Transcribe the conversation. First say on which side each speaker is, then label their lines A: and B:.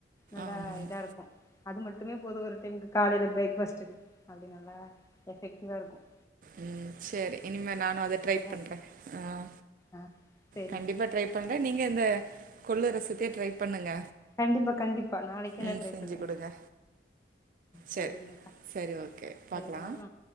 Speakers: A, on the left (about 15°); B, on the right (about 45°).
A: நல்லா
B: ஆமா ஆமா
A: இதா இருக்கும் அது மட்டும் மட்டுமே போதும் ஒரு டைமு காலையில பிரேக்பாஸ்டுக்கு அப்படி நல்லா எஃபெக்டிவா இருக்கும்
B: உம் சோரி இனிம நானும் அத ட்ரை பண்றேன்
A: இருக்கு
B: ஆஹ
A: ஆ சேரிங்க்கா
B: கண்டிப்பா ட்ரை பண்றேன் நீங்க இந்த கொள்ளு ரசத்தியே ட்ரை பண்ணுங்க
A: கண்டிப்பா கண்டிப்பா நாளைக்கு என்ன
B: ம்
A: டரை
B: செஞ்சு
A: பண்றேன்
B: குடுங்க சரி
A: சரிங்கக்கா
B: சரி ஓகே
A: சரிாஹ்
B: பாக்கலா